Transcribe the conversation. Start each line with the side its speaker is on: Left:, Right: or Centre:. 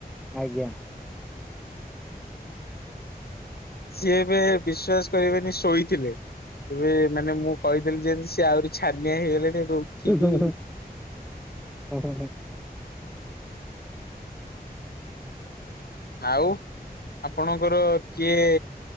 Centre: ଆଜ୍ଞା।
Left: ସିଏ ଏବେ ବିଶ୍ୱାସ୍ କରିବେନି ଶୋଇଥିଲେ। ଏବେ ମାନେ ମୁଁ କହିଦେଲିି ଯେମିତି ସିଏ ଆହୁରି ଛାନିଆ ହେଇଗଲେଣି। ଉଠିକି
Centre: ହୁଁ ହୁଁ ହୁଁ ହୁଁ ହୁଁ ହୁଁ।
Left: ଆଉ ଆପଣଙ୍କର କିଏ